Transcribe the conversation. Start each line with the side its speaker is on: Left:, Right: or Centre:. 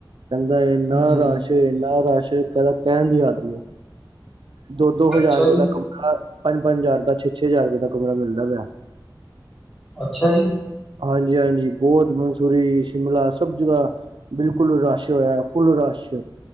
Right: ਕਹਿੰਦਾ ਇਹਨਾ
Centre: ਹਾਂਜੀ
Right: ਰਸ਼, ਇਹਨਾ ਰਸ਼ ਕਹਿੰਦਾ, ਕਹਿਣ ਦੀ ਹੱਦ ਨਹੀ। ਦੋ-ਦੋ
Centre: ਅੱਛਾ
Right: ਹਜ਼ਾਰ ਰੁਪਏ
Centre: ਜੀ,
Right: ਦਾ ਕਮਰਾ, ਪੰਜ-ਪੰਜ ਹਜ਼ਾਰ ਦਾ, ਛੇ-ਛੇ ਹਜ਼ਾਰ ਰੁਪਏ ਦਾ ਕਮਰਾ ਮਿਲਦਾ ਪਿਆ।
Centre: ਅੱਛਾ ਜੀ!
Right: ਹਾਂਜੀ-ਹਾਂਜੀ, ਬਹੁਤ ਮੰਸੂਰੀ, ਸ਼ਿਮਲਾ ਸਭ ਜਗ੍ਹਾ ਬਿਲਕੁਲ ਰਸ਼ ਹੋਇਆ, ਫੁੱਲ ਰਸ਼।